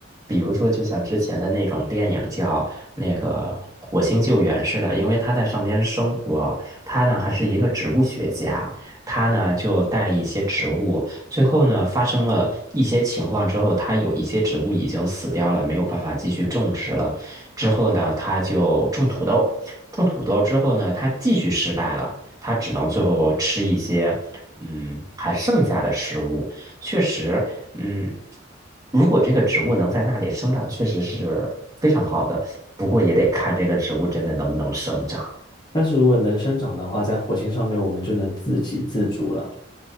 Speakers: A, on the right (about 20°); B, on the left (about 25°).
A: 比如说就像之前的那种电影叫那个《火星救援》似的，因为他在上边生活，他呢还是一个植物学家，他呢就带了一些植物，最后呢发生了一些情况之后，他有一些植物已经死掉了，没有办法继续种植了，之后呢他就种土豆，种土豆之后呢他继续失败了。他只能最后吃一些，嗯，还剩下的食物。确实，嗯，如果这个植物能在那里生长，确实是非常好的。不过也得看这个植物真的能不能生长。
B: 但是如果能生长的话，在火星上面我们就能自给自足了。